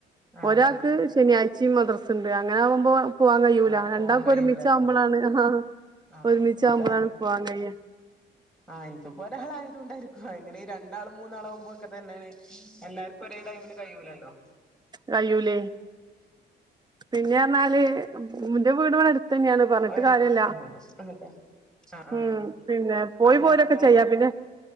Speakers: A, in the centre; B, on the right.
A: ആഹ്
B: ഒരാക്ക്
A: ആഹ്
B: ശനിയാഴ്ച്ചിം മദ്രസ ഇണ്ട് അങ്ങനെ ആവുമ്പോ പോവാൻ കയ്യൂല
A: ആഹ്
B: രണ്ടാക്കു
A: പോവാൻ കഴിയൂലല്ലോ
B: ഒരുമിച്ച ആവുമ്പോളാണ് അഹ്
A: ആഹ്
B: ഒരുമിച്ചാവുമ്പോളാണ്
A: അതാണ്
B: പോവാൻ കയ്യ <inaudible>
A: ആഹ് ഇൻക്ക്പ്പോ ഒരാളായതോണ്ടായിരിക്കും അങ്ങനെ രണ്ടാളും മൂന്നാളാവുമ്പോളോക്കെതന്നെണ് എല്ലാർക്കും ഒക്കെ ഒരേടൈമില് കയ്യൂലല്ലോ
B: കയ്യൂലേ പിന്നെ പറഞ്ഞാല് ഉം മുന്റെ വീട് ഇവ്‌ടെ അടുത്തന്നെയാണ് പറഞ്ഞിട്ട്
A: ആഹ്
B: കാര്യല്ല
A: അതെ ആഹ് ആഹ്
B: ഉം പിന്നെ പോയി
A: അല്ല
B: പോരൊക്കെ
A: അപ്പൊ
B: ചെയ്യാ പിന്നെ